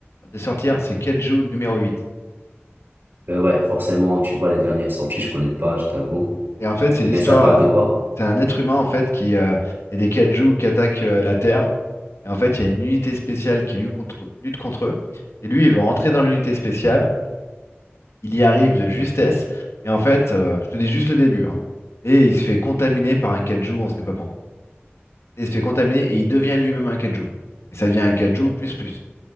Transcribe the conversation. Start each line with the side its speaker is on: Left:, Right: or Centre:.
Left: De sortir, c'est Kaiju numéro huit
Right: Mais ouais, forcément, tu vois, les dernières sorties, je connais pas, je t'avoue.
Left: Et en fait, c'est l'histoire.
Right: Mais ça parle de quoi?
Left: C'est un être humain en fait qui. euh, Il y a des Kaiju qui attaquent euh, la Terre. Et en fait, il y a une unité spéciale qui lutte contre, lutte contre eux. Et lui, il veut rentrer dans l'unité spéciale. Il y arrive de justesse. Et en fait, euh, je te dis juste le début. hein. Et il se fait contaminer par un Kaiju, on sait pas pourquoi. et il se fait contaminer et il devient lui-même un kaiju. Et ça devient un kaiju plus plus.